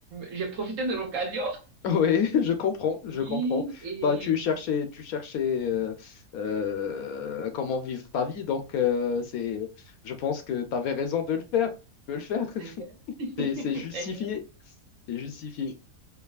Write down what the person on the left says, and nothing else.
Oui, <laughs> je comprends, je
comprends.
Bah, tu cherchais, tu cherchais euh, euh, comment vivre ta vie, donc euh, c'est, je pense que tu avais raison de le faire, tu peux le faire. <laughs>
C'est c'est justifié,
c'est justifié.